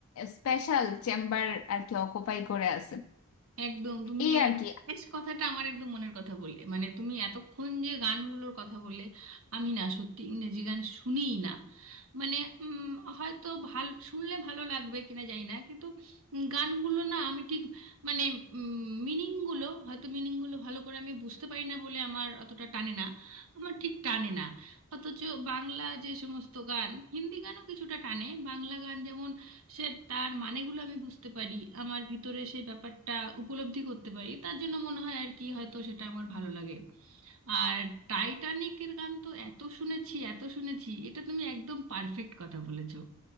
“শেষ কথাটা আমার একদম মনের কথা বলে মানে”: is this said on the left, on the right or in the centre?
Right